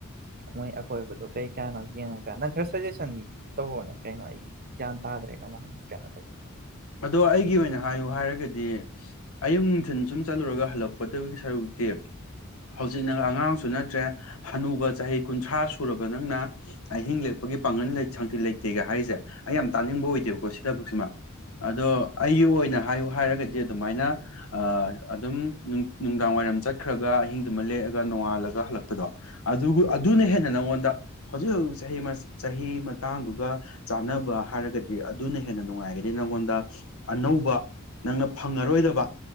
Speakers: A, on the right (about 45°); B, on the left (about 75°).
A: ꯃꯣꯏ ꯑꯀꯣꯏꯕꯗꯣ ꯀꯩ ꯀꯥꯅꯣ ꯌꯦꯡꯉꯒ ꯅꯪ ꯈꯔ ꯁꯖꯦꯁꯟ ꯇꯧꯕꯔꯣꯅꯦ ꯀꯩꯅꯣ ꯑꯩ ꯒ꯭ꯌꯥꯟ ꯇꯥꯗ꯭ꯔꯦ ꯀꯃꯥꯏꯅ ꯀꯩꯅꯣ ꯇꯧꯗꯣꯏꯅꯣ
B: ꯑꯗꯣ ꯑꯩꯒꯤ ꯑꯣꯏꯅ ꯍꯥꯏꯌꯨ ꯍꯥꯏꯔꯒꯗꯤ ꯑꯌꯨꯛ ꯅꯨꯡꯊꯤꯟ ꯁꯨꯝ ꯆꯠꯂꯨꯔꯒ ꯍꯜꯂꯛꯄꯗꯒꯤ ꯁꯔꯨꯛꯇꯤ ꯍꯧꯖꯤꯛ ꯅꯪ ꯑꯉꯥꯡꯁꯨ ꯅꯠꯇ꯭ꯔꯦ ꯍꯅꯨꯕ ꯆꯍꯤ ꯀꯨꯟꯊ꯭ꯔꯥ ꯁꯨꯔꯕ ꯅꯪꯅ ꯑꯍꯤꯡ ꯂꯦꯛꯄꯒꯤ ꯄꯥꯡꯒꯜ ꯁꯥꯡꯆꯤ ꯂꯩꯇꯦꯒ ꯍꯥꯏꯔꯤꯁꯦ ꯑꯩ ꯌꯥꯝ ꯇꯥꯅꯤꯡꯕ ꯑꯣꯏꯗꯦꯕꯀꯣ ꯁꯤ ꯊꯕꯛꯁꯤꯃ ꯑꯗꯣ ꯑꯩꯒꯤ ꯑꯣꯏꯅ ꯍꯥꯏꯌꯨ ꯍꯥꯏꯔꯒꯗꯤ ꯑꯗꯨꯃꯥꯏꯅ ꯑꯗꯨꯝ ꯅꯨꯡꯗꯥꯡ ꯋꯥꯏꯔꯝ ꯆꯠꯈ꯭ꯔꯒ ꯑꯍꯤꯡꯗꯨꯃ ꯂꯦꯛꯑꯒ ꯅꯣꯡꯉꯥꯜꯂꯒ ꯍꯜꯂꯛꯄꯗꯣ ꯑꯗꯨ ꯑꯗꯨꯅ ꯍꯦꯟꯅ ꯅꯪꯉꯣꯟꯗ ꯍꯧꯖꯤꯛ ꯍꯧꯖꯤꯛ ꯆꯍꯤ ꯆꯍꯤ ꯃꯇꯥꯡꯗꯨꯒ ꯆꯥꯟꯅꯕ ꯍꯥꯏꯔꯒꯗꯤ ꯑꯗꯨꯅ ꯍꯦꯟꯅ ꯅꯨꯡꯉꯥꯏꯒꯅꯤ ꯅꯪꯉꯣꯟꯗ ꯗ ꯑꯅꯧꯕ ꯅꯪꯅ ꯐꯪꯉꯔꯣꯏꯗꯕ